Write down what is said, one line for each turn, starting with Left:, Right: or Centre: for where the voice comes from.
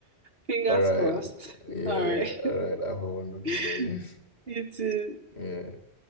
Right: Fingers
Left: All right.
Right: crossed.
Left: Yeah,
Right: <laughs> All right.
Left: all right. Have a wonderful
Right: <laughs>
Left: day.
Right: You too.
Left: <laughs> Yeah.